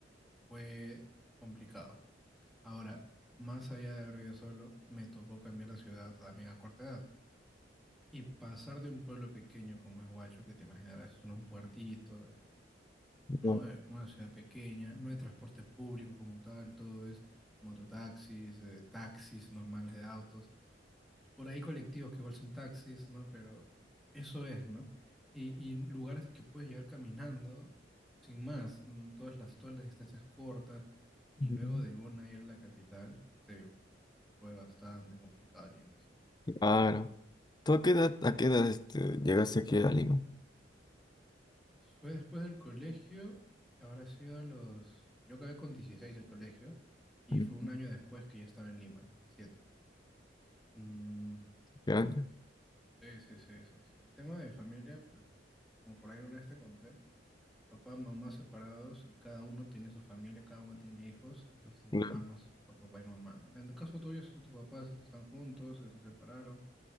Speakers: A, in the centre; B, on the left.
A: fue complicado. Ahora, más allá de haber vivido solo, me tocó cambiar de ciudad también a corta edad. Y pasar de un pueblo pequeño como es Huacho, que te imaginarás, es un puertito, ¿no?
B: Ya.
A: Eh, una ciudad pequeña, no hay transporte público como tal, todo es mototaxis, eh, taxis normales de autos. Por ahí colectivos que igual son taxis, ¿no? Pero eso es, ¿no? Y, y lugares que puedes llegar caminando sin más, mm, todas las, todas las distancias cortas. Y
B: Ujú.
A: luego de Bona ir a la capital, sí, fue bastante complicado al inicio.
B: Claro. ¿Tú a qué edad, a qué edad este, llegaste aquí a Lima?
A: Fue después del colegio, habrá sido a los... Yo acabé con 16 el colegio y
B: Mm,
A: fue un año después que ya estaba en Lima, a los 17. Mm,
B: ¿Qué año?
A: sí, sí, sí, sí, sí. El tema de mi familia, pues, como por ahí una vez te conté, papá, mamá separados y cada uno tiene su familia, cada uno tiene hijos, entonces tengo
B: Claro.
A: hermanos por papá y mamá, ¿no? En el caso tuyo, si tus papás están juntos, se separaron,